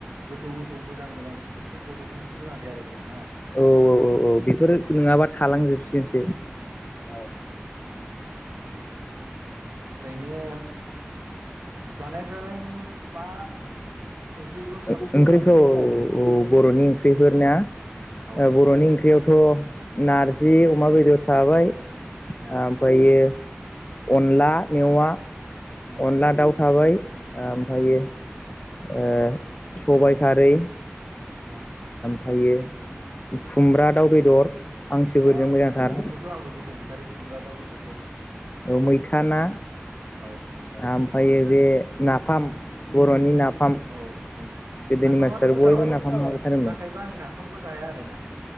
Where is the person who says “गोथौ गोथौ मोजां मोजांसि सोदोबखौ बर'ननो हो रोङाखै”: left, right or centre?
Right